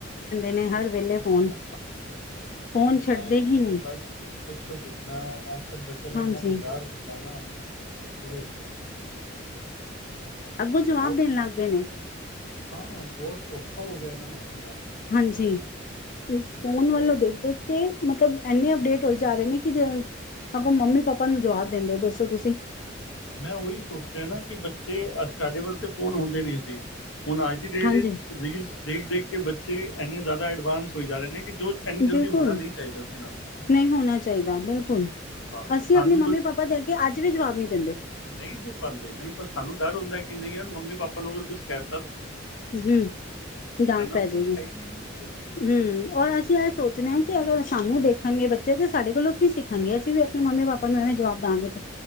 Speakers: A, on the left (about 45°); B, on the left (about 75°).
A: ਨੇ ਹਰ ਵੇਲੇ ਫੋਨ
B: ਅਰੇ
A: ਫੋਨ
B: ਮੋਬਾਇਲ
A: ਛੱਡਦੇ
B: ਨੇ
A: ਹੀ
B: ਤੇ
A: ਨਹੀਂ
B: ਬਸ ਪੁੱਛੋ ਪੁੱਛ ਨਾ ਅੱਜ ਕੱਲ ਬੱਚੇ ਨੂੰ
A: ਹਾਂਜੀ
B: ਇਨਾ ਵਿਗਾੜ ਦਿੱਤਾ ਨਾ <inaudible>
A: ਅੱਗੋਂ ਜਵਾਬ
B: ਬਹੁਤ
A: ਦੇਣ ਲੱਗ ਗਏ ਨੇ
B: ਹਾਂ ਬਹੁਤ ਔਖਾ ਹੋ ਗਿਆ ਇਹਨਾਂ ਨੂੰ ਸਮਝਾਉਣਾ
A: ਹਾਂਜੀ ਫੋਨ
B: ਉਹ
A: ਵੱਲੋਂ ਦੇਖ ਦੇਖ ਕੇ ਮਤਲਬ ਇੰਨੇ
B: ਹਾਂ
A: ਅਪਡੇਟ ਹੋਏ ਜਾ ਰਹੇ ਨੇ ਸਗ ਮੰਮੀ ਪਾਪਾ ਨੂੰ ਜਵਾਬ ਦਿੰਦੇ ਹੋ ਦੱਸੋ ਤੁਸੀਂ
B: ਮੈਂ ਉਹੀ ਸੋਚ ਰਿਹਾ ਨਾ ਕਿ ਬੱਚੇ ਸਾਡੇ ਵੱਲ ਤੇ ਫੋਨ ਹੁੰਦੇ ਨ ਅ ਸੀਂ ਹੁਣ ਆ ਦੀ
A: ਹਾਂਜੀ
B: ਡਟ ਦੇਖ ਦੇਖ ਕੇ ਬੱਚੇ ਇੰਨੇ ਜ਼ਿਆਦਾ ਐਡਵਾਂਸ ਹੋਈ ਜਾ ਰਹੇ ਨੇ ਕਿ ਜੋ ਇੰਨੀ
A: ਬਿਲਕੁਲ
B: ਜਲਦੀ ਹੋਣਾ ਨਹੀਂ ਚਾਹੀਦਾ ਸੀ ਇਹਨਾਂ ਨੂੰ
A: ਨਹੀਂ ਹੋਣਾ ਚਾਹੀਦਾ ਬਿਲਕੁਲ
B: ਹਾਂ
A: ਅਸੀਂ
B: ਸਾਨੂੰ
A: ਆਪਣੀ
B: ਜੋ
A: ਮੰਮੀ ਪਾਪਾ ਦੇ ਅਗੇ ਅੱਜ ਵੀ ਜਵਾਬ ਨਹੀਂ ਦਿੰਦੇ
B: ਨਹੀਂ ਦੇ ਪਾਉਂਦੇ ਨਹੀਂ ਪਰ ਸਾਨੂੰ ਡਰ ਹੁੰਦਾ ਕਿ ਨਹੀਂ ਯਾਰ ਮੰਮੀ ਪਾਪਾ ਆਪਾਂ ਨੂੰ ਅਗਰ ਕੁਛ ਕਰਤਾ
A: ਹਮ ਡਾਂਟ ਪੈ
B: ਨੂੰ ਕੁਝ
A: ਜਾੇਗੀ
B: ਹੈ ਹੀ ਨਹੀਂ ਬਿਲਕੁਲ
A: ਹਮ ਔਰ ਅਸੀਂ ਇਹ ਸੋਚਣੇ ਹਾਂ ਕਿ ਅਗਰ ਸਾਨੂੰ ਦੇਖਣਗੇ ਬੱਚੇ ਤੇ ਸਾਡੇ ਕੋਲੋਂ ਕੀ ਸਿੱਣਗੇ ਅਸੀਂ ਵੀ ਆਪਣੇ ਮੰਮੀ ਪਾਪਾ ਨੂੰ ਐਵੇਂ ਜਵਾਬ ਦਵਾਂਗੇ ਤੇ